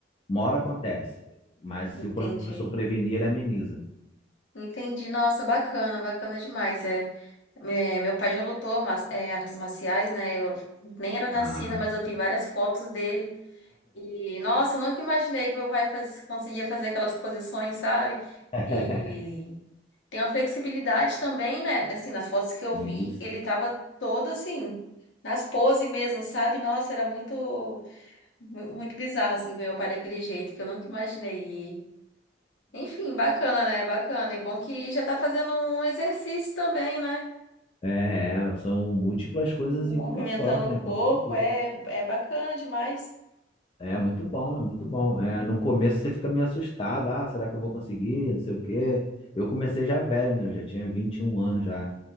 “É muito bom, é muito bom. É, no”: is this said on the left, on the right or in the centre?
Left